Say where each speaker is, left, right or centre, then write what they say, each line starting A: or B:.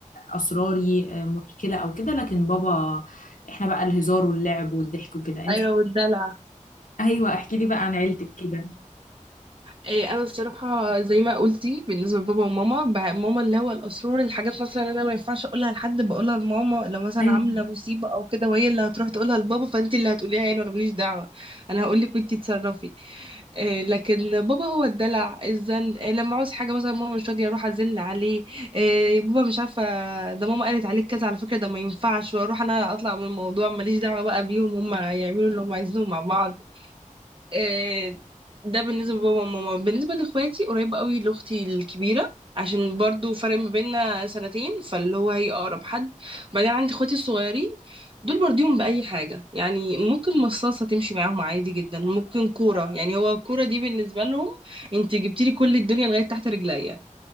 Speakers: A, on the left (about 75°); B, on the right (about 40°).
A: اسراري آه، مشكله او كده لكن بابا احنا بقى الهزار واللعب والضحك وكده انت
B: ايوه
A: احكي-
B: والدلع
A: ايوه احكي لي بقى عن عيلتك كده
B: إيه انا الصراحه زي ما قلتي بالنسبه لبابا وماما بع- ماما اللي هو الاسرار الحاجات مثلا اللي انا ما ينفعش اقولها لحد بقولها لماما لو مثلا
A: <laughs>
B: عامله مصيبه او كده وهي اللي هتروح تقولها لبابا فانت اللي هتقوليها يعني وانا ماليش دعوه انا هقول لك وانت تصرفي آه، لكن بابا هو الدلع الزن آه، لما عاوز حاجه مثلا ماما مش راضيه اروح ازن عليه آه، بابا مش عارفه ده ماما قالت عليك كذا على فكره ده ما ينفعش واروح انا اطلع من الموضوع ماليش دعوه بقى بيهم هم يعملوا اللي هم عايزينه مع بعض آه، ده بالنسبة لبابا وماما بالنسبة لإخواتي قريبة قوي لأختي الكبيرة عشان برضو فرق ما بيننا سنتين فاللي هو هي أقرب حد بعدين عندي إخواتي الصغيرين دول برضيهم بأي حاجة يعني ممكن مصاصة تمشي معاهم عادي جدا ممكن كورة يعني هو الكورة دي بالنسبة لهم انت جبتيلي كل الدنيا لغاية تحت رجليا